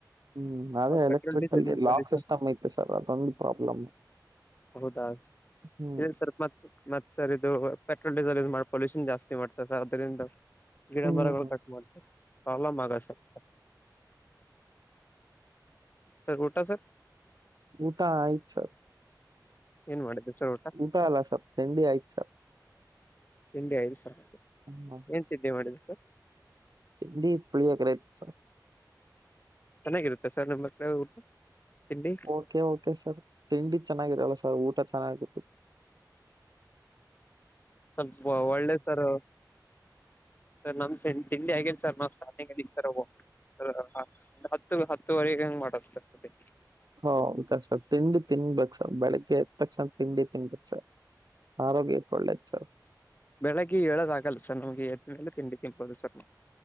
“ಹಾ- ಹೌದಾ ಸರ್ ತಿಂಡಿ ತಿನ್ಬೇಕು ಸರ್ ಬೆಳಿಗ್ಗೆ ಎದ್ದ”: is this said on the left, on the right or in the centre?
Right